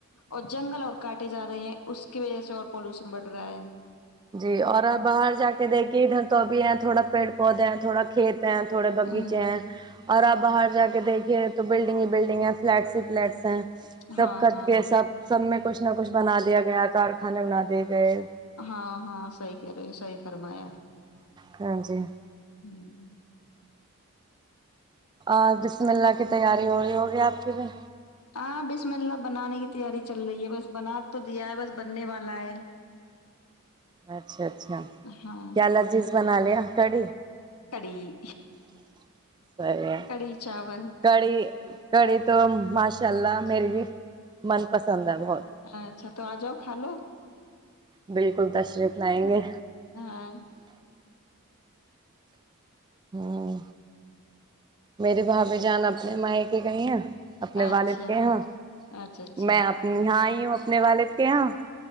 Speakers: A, on the left (about 90°); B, on the right (about 20°).
A: اور جنگل اور کاٹے جا رہے ہیں اس کی وجہ سے اور پالوشن بڑھ رہا ہے
B: جی اور آپ باہر جا کے دیکھیے ادھر تو ابھی ہے تھوڑا پیڑ پودے تھوڑا کھیت ہیں تھوڑے باغیچے
A: ہ
B: ہیں اور آپ باہر جا کے دیک یہ تو بلڈگ ہی بلڈگ، فلیٹس ہی فلیٹس ہیں سب
A: ہاں
B: کٹ
A: ہاں
B: کے سب سب میں کچھ چ نہ کچھ بنا دیا گیا کارخانے بنا دیے گئے
A: ہاں ہاں صحی کہہ رہے ہیں سحی فرمایا
B: ہاں جی
A: ہوں
B: آ بسم اللہ کی تیاری ہو رہی ہوگی آپ کی بھی
A: ہاں بسم اللہ بنانے کی تیاری چل رہی ہے بس بنا تو دیا ہے بس بننے والا ہے
B: اچھا اچھا اچھا
A: ہاں
B: کیا لذیذ بنا لے اتڑ
A: کڑی
B: ہے
A: کڑی چاول
B: کڑھی کڑھی تو مش ان شاء اللہ میری بھی من پسند بہت
A: اچھا تو آ جاؤ کھا لو
B: بالکل تشریف لائیں گے
A: ہاں
B: ہوں میری بھاابھی جان اپنے مائ کے گئی ہیں اپنے
A: اچھا
B: والد کے یہاں
A: اچھا اچھا
B: میں اپ یہاں آئی ہوں نے والد کے یہاں